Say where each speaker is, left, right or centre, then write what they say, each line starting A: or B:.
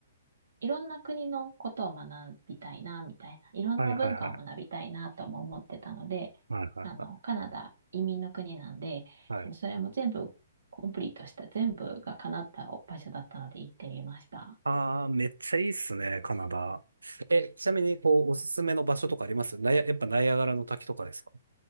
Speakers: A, on the right (about 70°); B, on the right (about 80°).
A: いろんな国のことを学びたいな、みたいな。いろんな文化を学びたいな、
B: はいはいはい。
A: とも思ってたので、
B: はいはいは
A: あの、カナダ移民の国なんで、
B: い。はい
A: それも全部コンプリートした、全部が叶った場所だったので行ってみました。
B: ああ、めっちゃいいっすね、カナダ。え、ちなみに、こう、おすすめの場所とかありますナイア、やっぱナイアガラの滝とかですか